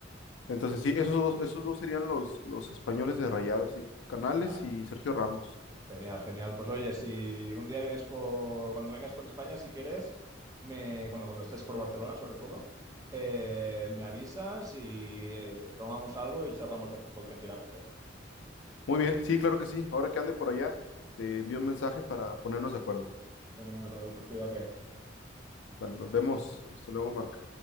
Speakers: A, on the left; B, on the right.
A: Entonces, sí, esos dos, esos dos serían los, los españoles de Rayados, sí. Canales
B: Ah,
A: y Sergio Ramos.
B: genial, genial. Pues oye, si un día vienes por, cuando vengas por España, si quieres, me, cuando, cuando estés por Barcelona, sobre todo, eh, me avisas y eh, tomamos algo y charlamos de fútbol tranquilamente.
A: Muy bien, sí, claro que sí. Ahora que ande por allá, te envío un mensaje para ponernos de acuerdo.
B: Genial, Raúl, pues cuídate.
A: Vale, nos vemos. Hasta luego, Marco.